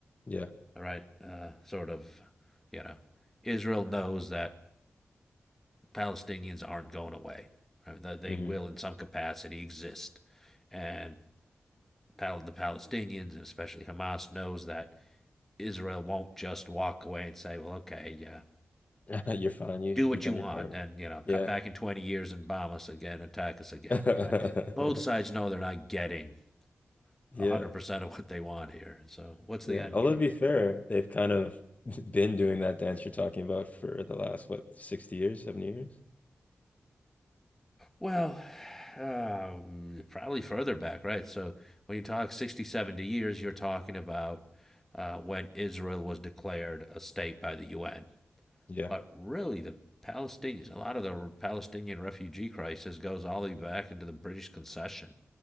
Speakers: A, on the left; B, in the centre.
A: Yeah.
B: All right, uh, sort of, you know, Israel knows that Palestinians aren't going away. Right? That they
A: hmm
B: will, in some capacity, exist, and the Palestinians, and especially Hamas, knows that Israel won't just walk away and say, well, okay, yeah,
A: <laughs> You're fine. You
B: do what
A: you done
B: you want
A: your part.
B: and, you know, come
A: Yeah.
B: back in 20 years and bomb us again, attack us again,
A: <laughs>
B: right? Both sides know they're not getting
A: Yeah.
B: 100% of what they want here. So what's
A: Yeah.
B: the end
A: Although
B: game?
A: to be fair, they've kind of <laughs> been doing that dance you're talking about for the last what, 60 years, 70 years?
B: Well, um, probably further back, right? So when you talk 60, 70 years, you're talking about uh, when Israel was declared a state by the UN.
A: Yeah.
B: But really, the Palestinians, a lot of the Palestinian refugee crisis goes all the way back into the British concession,